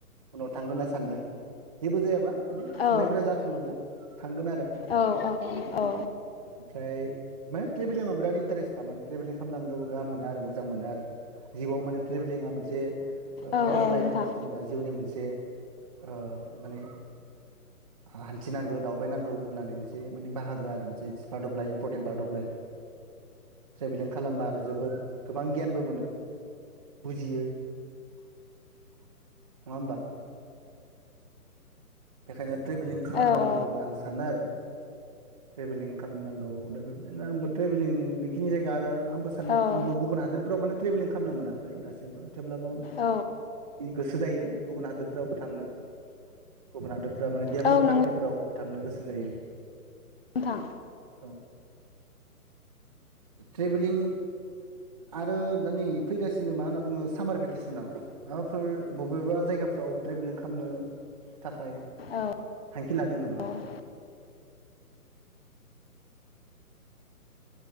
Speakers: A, on the right; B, on the left.
A: उनाव थांगोन होनना सानदों जेबो जायाबा माने साननायफोरा
B: औ
A: जाफुंङोब्ला थांगोन आरो
B: औ औ
A: ओमफ्राय माने ट्रिभिलिं आव बिराद इन्टारेस्ट माने ट्रेभिलिं खालामनांंगौ गाहाम मोनो आरो मोजां मोनो आरो जिउआव माने ट्रेभेलिंआ मोनसे
B: औ
A: पार्ट
B: औ
A: अफ लाइफ
B: नोंथां
A: जेनेबा जिउनि मोनसे मोनसे ओ माने हान्थिनांगौ दावबायनांगौ होननानै मोनसे माने बाहागो आरो मोनसे is part of life important part of life travelling खालामबा आरो जोबोद गोबां गियानबो मोनो बुजियो नंङा होमबा बेखायनो ट्रेभेलिं खालामनांगौ
B: औ औ
A: होनना आं सानो आरो ट्रेभेलिं खालामनांगौ दा बेबायदिनो आंबो ट्रेभेलिं बेखिनि जायगा आरो आंबो सान
B: औ
A: आंबो गुबुन हादोर फ्राव माने ट्रेभेलिं खालामनो मोनाखै दासिमबो। थेवब्लाबो
B: औ
A: गोसो जायो गुबुन हादोरफ्रावबो थांनो गुबुन हादो फ्रा माने डेभलप
B: औ
A: कान्ट्रिफ्राव
B: नंगौ
A: थांनो गोसो जायो
B: नोंथां
A: औ ट्रेभेलिं आरो दा नै फैगासिनो मा होनना बुंङो सामार भेकेसनाव माबाफोर बबेबा जायगाफ्राव ट्रेभेलिं खालामनो थाखाय
B: औ
A: थांखि लादों नामा?
B: औ